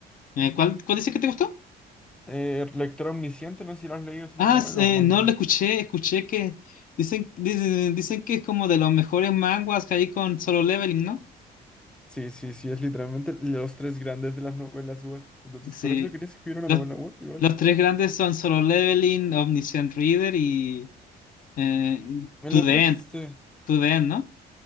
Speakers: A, on the left; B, in the centre.
A: Eh, ¿cuál, cuál dice que te gustó?
B: Eh, Lector Omnisciente, no sé si lo has leído, es una
A: Ah,
B: novela
A: s- eh,
B: o manga.
A: no lo escuché, escuché que dicen, dicen, dicen que es como de los mejores manguas que hay con Solo Leveling, ¿no?
B: Sí, sí, sí, es literalmente los tres grandes de las novelas web. Entonces,
A: Sí.
B: por eso quería escribir una
A: Los,
B: novela web igual.
A: los tres grandes son Solo Leveling, Omniscient Reader y eh,
B: El
A: To
B: otro
A: The
B: es
A: End.
B: este,
A: To The End, ¿no?